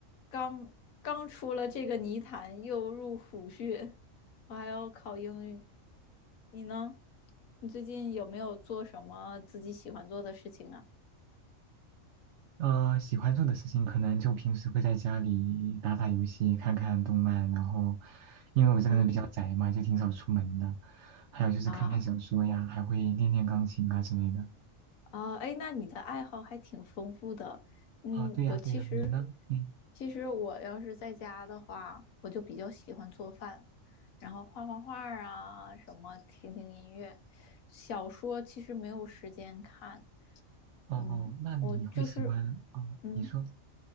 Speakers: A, on the left; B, on the right.
A: 刚刚出了这个泥潭，又入虎穴，我还要考英语。你呢？你最近有没有做什么自己喜欢做的事情啊？
B: 呃，喜欢做的事情可能就平时会在家里打打游戏、看看动漫，然后因为我这个人比较宅嘛，
A: 嗯，
B: 就挺少出门的。还有就是看看小说呀，
A: 啊，
B: 还会练练钢琴啊之类的。
A: 啊，哎，那你的爱好还挺丰富的。嗯，
B: 啊、对呀，
A: 我其实，
B: 对呀，你呢？嗯，
A: 其实我要是在家的话，我就比较喜欢做饭，然后画画画儿啊，什么听听音乐，小说其实没有时间看。
B: 哦，
A: 嗯，
B: 那你会喜欢？
A: 我就是，
B: 哦，
A: 嗯，
B: 你说